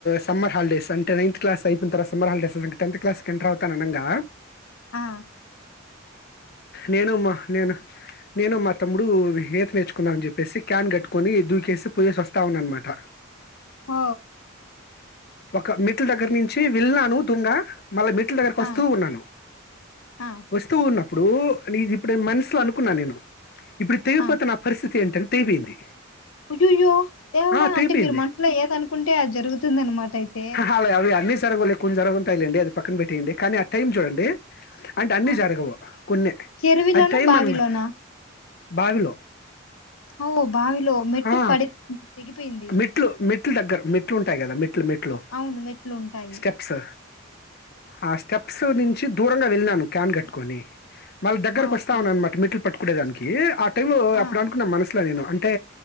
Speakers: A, on the left; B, on the left.
A: సమ్మర్ హాలిడేస్ అంటే నైత్ క్లాస్ అయిపోన తర్వాత సమ్మర్ హాలిడేస్ టెన్త్ క్లాస్ కు ఎంటర్ అవుతనగా
B: ఆ
A: నేను మా నేను నేను మా తమ్ముడు ఈత నేర్చుకుందాం అని చెప్పేసి క్యాన్ కట్టుకొని దూకేసి పోయేసి వస్తా ఉన్నా అన్నమాట
B: ఓ
A: ఒక మెట్లు దగ్గర నుంచి వెళ్ళనాను తుంగా మళ్ళ మెట్లు దగ్గరకి వస్తూ
B: ఆ
A: ఉన్నాను
B: ఆ
A: వస్తూ ఉన్నా ఇప్పుడు నీది ఇప్పుడే మనసులో అనుకున్నా నేను ఇప్పుడు తెగిపోతే
B: ఆ
A: నా పరిస్థితి ఏంటి అని తెగిపోయింది
B: అయ్యయ్యో దేవుడా
A: ఆ తెగిపోయింది
B: అంటే మీరు మనసులో ఏద అనుకుంటే అది జరుగుతు తుంది అన్నమాట అయితే
A: అలా అవి అన్ని జరగవులే కొన్ని జరుగుతుంటాయి లే పక్కన పెట్టేయండి కానీ ఆ టైం చూడండి అంటే అన్ని
B: ఆ
A: జరగవు కొన్నే
B: చెరువులోనా
A: అది టైం
B: బావిలోనా
A: అన్నమాట బావిలో
B: ఓ బావిలో మెట్టుకు
A: ఆ
B: పడి తెగిపోయింది
A: మెట్లు మెట్లు దగ్గర మెట్లు ఉంటాయి కదా మెట్లు మెట్లు
B: అవును మెట్లు ఉంటాయి
A: స్టెప్స్ ఆ స్టెప్స్ ను చి దూరంగా వెళ్ళానాను క్యాన్ కట్టుకొని, మళ్ళ దగ్గర
B: ఆ
A: వస్తా
B: ఓకే
A: ఉన్నమాట మెట్లు పట్టుకుడేదానికి టైంలో
B: ఆ
A: అప్పుడు అనుకున్న మనసులో నేను అంటే